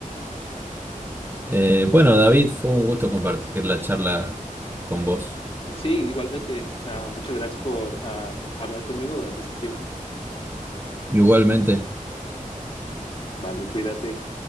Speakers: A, on the right; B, on the left.
A: Eh, bueno, David, fue un gusto compartir la charla con vos.
B: Sí, igualmente, ah, muchas gracias por ah, hablar conmigo durante este tiempo.
A: Igualmente.
B: Vale, cuídate.